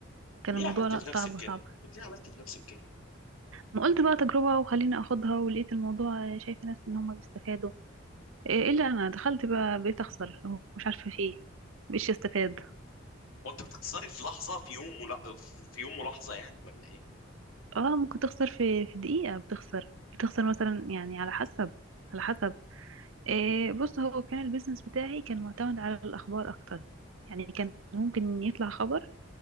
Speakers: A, on the right (about 75°); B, on the left (about 80°).
A: كان
B: ليه
A: الموضوع
B: عملت
A: لا
B: في
A: صعب
B: نفسك كده
A: صعب
B: طب ليه عملت في نفسك كده
A: ما قلت بقى تجربة وخليني اخدها ولقيت الموضوع آه، شايفة ناس ان هم بيستفادوا آه الا انا دخلت بقى بقيت اخسر مش عارفة في ايه مش استفاد
B: وانت بتكسري في لحظه في يوم ولا... في يوم ولحظه يعني ولا ايه
A: اه ممكن تخسر في في دقيقة بتخسر بتخسر مثلا يعني على حسب على حسب آه بص هو كان البيزنس بتاعي كان معتمد على الاخبار اكتر يعني كان ممكن يطلع خبر